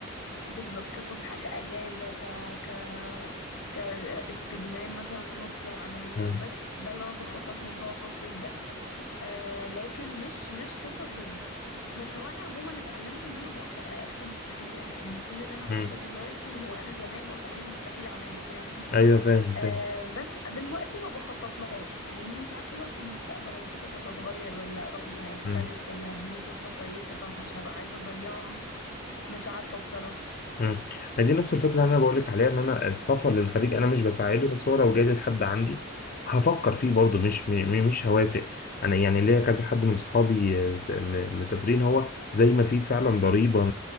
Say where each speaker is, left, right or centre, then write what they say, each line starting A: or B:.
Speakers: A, on the left; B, on the left.
A: بالظبط كفسحة كأجازة ك ك كاستجمام مثلا ان انا افصل عن المود
B: امم
A: بس ده اللي انا بخطط له ان شاء الله الصيف ده آه لكن مش مش سفر هجرة بس هو انا عموما اتعلمت ان انا ما اقولش على اي حاجة مستحيلة لان كل اللي انا عايشاه
B: امم
A: دلوقتي هو انا زمان قلت عليه مستحيل اعمله فاهمني
B: أيوه فاهم فاهم
A: آم، بس دلوقتي ما بخطط لهاش فاهمني مش عارفة بقى في المستقبل الخطط هتتغير ولا رأيي هيختلف
B: امم
A: ولا هتجيلي فرصة كويسة فمش هبقى عايزة أضيعها مش عارفة بصراحة
B: امم ما دي نفس الفكره اللي انا بقول لك عليها ان انا السفر للخليج انا مش بساعده بس هو لو جالي لحد عندي هفكر فيه برضه مش م- م- مش هوافق انا يعني ليا كذا حد من صحابي آه، س- م- مسافرين هو زي ما في فعلا ضريبه